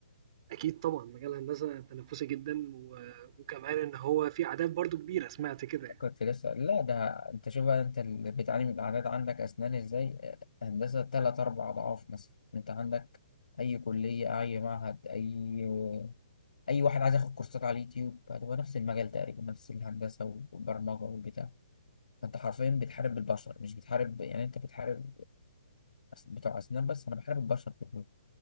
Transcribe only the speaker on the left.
كنت لسه لا ده انت شوف بقى انت اللي بتعاني من الاعداد عندك اسنان ازاي هندسه تلات اربع اضعاف مثلا انت عندك اي كليه اي معهد اي اي واحد عايز ياخد كورسات على اليوتيوب هتبقى نفس المجال تقريبا نفس الهندسه والبرمجه والبتاع فانت حرفيا بتحارب البشر مش بتحارب يعني انت بتحارب أس- بتوع اسنان بس انا بحارب البشر كلهم